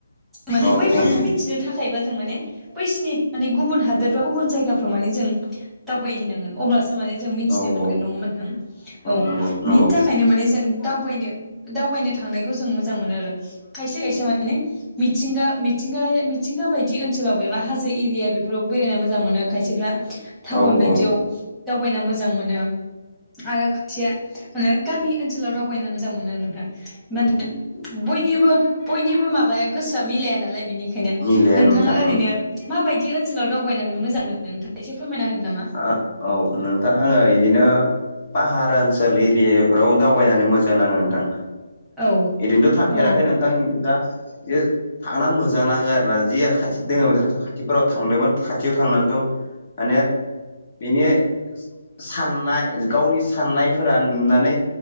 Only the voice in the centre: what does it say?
माने
बैफोरखौ मिथिनो थाखाय <unintelligible> बिदिबा जों माने बैसिनि गुबुन हादोर गुबुन जायगाफ्राव माने जों दावबायहैनांगोन। अब्लासो माने जों मिथिनो
मोनगोन
नङा मोनथां औ
बिनि
थाखायनो माने जों दावबायनो दावबायनो थांनायखौ जों मोजां मोनो आरो खायसे खायसे माने मिथिंगा मि थिंगाया मिथिंगा बायदि ओनसोलाव बेबा हाजो एरिया बेफोराव बेरायना मोजां मोनो खायसेफ्रा टाउन
बायदियाव
दावबायना मोजां मोनो आरो खायसेया गामि ओनसोलाव दाव बायनानै मोजां मोनो आरो दा माने <unintelligible> बयनिबो बयनिबो माबाया गोसोआ मिलाया नालाय बिनिखायनो
नोंथाङा
ओरैनो
माबायदि ओनसोलाव दावबायनानै मोजां मोनो नोंथाङा एसे फोरमायना होदो नामा?
औ
औ